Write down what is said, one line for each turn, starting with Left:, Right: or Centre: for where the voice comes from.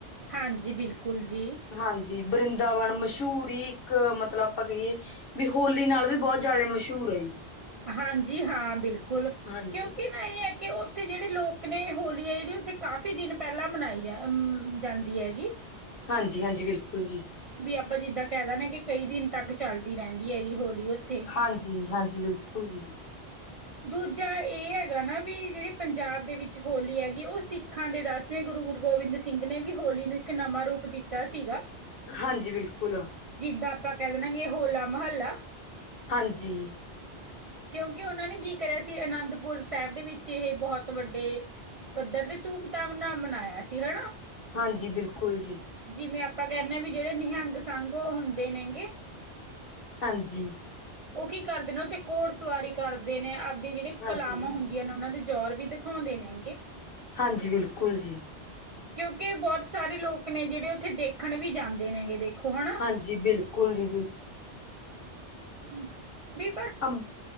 Right: ਹਾਂਜੀ ਬਿਲਕੁਲ ਜੀ।
Left: ਹਾਂ ਜੀ, ਵ੍ਰਿੰਦਾਵਨ ਮਸ਼ੁਰੀ ਇੱਕ ਮਤਲਬ ਆਪਾਂ ਕਹੀਏ, ਵੀ ਹੋਲੀ ਨਾਲ ਵੀ ਬਹੁਤ ਮਸ਼ਹੂਰ ਹੈ।
Right: ਹਾਂਜੀ ਹਾਂ, ਬਿਲਕੁਲ
Left: ਹਾਂਜੀ
Right: ਕਿਉਂਕਿ ਨਾ ਇਹ ਹੈ ਕਿ ਉਹ ਉੱਥੇ ਦੇ ਲੋਕ ਨੇ ਹੋਲੀ ਆ ਜਿਹੜੀ ਕਾਫ਼ੀ ਦਿਨ ਪਹਿਲਾਂ ਮਨਾਈ ਜਾਂਦੀ ਹੈ ਗੀ।
Left: ਹਾਂਜੀ, ਹਾਂਜੀ, ਬਿਲਕੁਲ ਜੀ।
Right: ਆਪਾਂ ਜਿਦਾਂ ਕਹਿ ਦਿੰਨੇ ਆ ਕਈ ਦਿਨਾਂ ਤੱਕ ਚੱਲਦੀ ਰਹਿੰਦੀ ਹੈ ਉੱਥੇ।
Left: ਹਾਂਜੀ, ਹਾਂਜੀ, ਬਿਲਕੁਲ ਜੀ।
Right: ਦੂਜਾ ਇਹ ਹੈ ਕਿ ਪੰਜਾਬ ਵਿੱਚ ਹੋਲੀ ਦਾ ਸਿੱਖਾਂ ਦੇ ਦਸ ਜਿਵੇਂ ਗੁਰੂ ਗੋਬਿੰਦ ਸਿੰਘ ਜੀ ਨੇ ਵੀ ਹੋਲੀ ਨੂੰ ਇੱਕ ਨਵਾਂ ਰੂਪ ਦਿੱਤਾ ਸੀ ਗਾ।
Left: ਹਾਂਜੀ, ਬਿਲਕੁਲ।
Right: ਜਿਦਾਂ ਆਪਾਂ ਕਹਿ ਦਿੰਨੇ ਆ 'ਹੋਲਾ ਮਹੱਲਾ',
Left: ਹਾਂਜੀ।
Right: ਕਿਉਂਕਿ ਉਹਨਾ ਨੇ ਕੀ ਕਰਿਆ ਸੀ ਆਨੰਦਪੁਰ ਸਾਹਿਬ ਦੇ ਵਿੱਚ ਇਹ ਬਹੁਤ ਵੱਡੇ, ਪੱਧਰ ਤੇ ਧੂਮ-ਧਾਮ ਨਾਲ ਮਨਾਇਆ ਸੀ ਹਨਾ,
Left: ਹਾਂਜੀ, ਬਿਲਕੁਲ ਜੀ।
Right: ਜਿਵੇਂ ਆਪਾਂ ਕਹਿੰਦੇ ਹਾਂ ਕਿ ਜਿਹੜੇ ਨਿਹੰਗ ਸਿੰਘ ਹੁੰਦੇ ਨੇ ਗੇ।
Left: ਹਾਂਜੀ।
Right: ਉਹ ਕੀ ਕਰਦੇ ਨੇ ਉੱਥੇ ਘੋੜਸਵਾਰੀ ਕਰਦੇ ਨੇ ਆਬਦੇ ਜਿਹੜੇ
Left: ਹਾਂਜੀ
Right: ਕਲਾਮ ਹੁੰਦੇ ਉਹਨਾ ਦੇ ਜ਼ੋਰ ਵੀ ਦਿਖਾਉਂਦੇ ਨੇ ਗੇ।
Left: ਹਾਂਜੀ, ਬਿਲਕੁਲ ਜੀ।
Right: ਕਿਉਂਕਿ ਬਹੁਤ ਸਾਰੇ ਲੋਕ ਨੇ ਜਿਹੜੇ ਉੱਥੇ ਦੇਖਣ ਵੀ ਜਾਂਦੇ ਨੇ ਗੇ ਦੇਖੋ ਹਨਾ।
Left: ਹਾਂਜੀ, ਬਿਲਕੁਲ ਜੀ।
Right: <unintelligible>
Left: ਅਮ